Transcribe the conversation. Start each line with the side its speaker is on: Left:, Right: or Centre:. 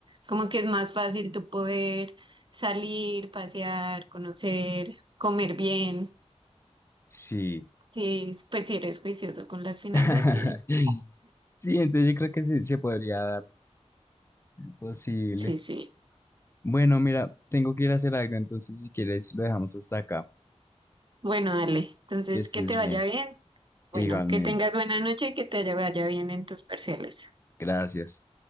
Right: como que es más fácil tú poder salir, pasear, conocer, comer bien.
Left: sí.
Right: Sí, pues si eres juicioso con las finanzas,
Left: <laughs>
Right: sí es.
Left: Sí, entonces yo creo que sí se podría dar, es posible.
Right: Sí, sí.
Left: Bueno, mira, tengo que ir a hacer algo, entonces si quieres lo dejamos hasta acá.
Right: Bueno, dale. Entonces,
Left: Que estés
Right: que te
Left: bien,
Right: vaya bien. Bueno,
Left: igualmente.
Right: que tengas buena noche y que te vaya bien en tus parciales.
Left: Gracias.